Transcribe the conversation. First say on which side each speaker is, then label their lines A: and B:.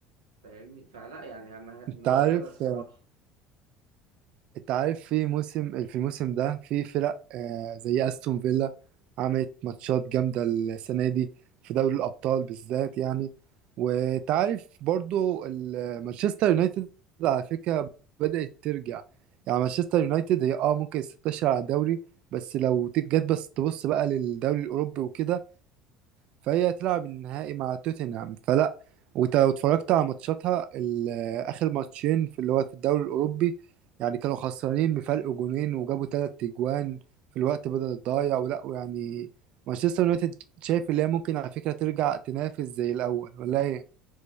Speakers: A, on the right (about 80°); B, on the right (about 60°).
A: فاهمني فلا يعني مه-
B: أنت
A: مهزلة
B: عارف
A: الصراحة
B: انت عارف في موسم في الموسم ده في فرق آه، زي استون فيلا عملت ماتشات جامدة السنة دي في دوري الأبطال بالذات يعني وانت عارف برضو ال- مانشستر يونايتد على فكرة بدأت ترجع يعني مانشستر يونايتد هي اه ممكن 16 على الدوري بس لو تيجي جت بس تبص بقى للدوري الأوروبي وكده فهي تلعب النهائي مع توتنهام فلا وت- واتفرجت على ماتشاتها ال- اخر ماتشين في اللي هو في الدوري الاوروبي يعني كانوا خسرانين بفرق جونين وجابوا تلات اجوان في الوقت بدل الضايع ولا يعني مانشستر يونايتد شايف اللي هي ممكن على فكرة ترجع تنافس زي الاول ولا ايه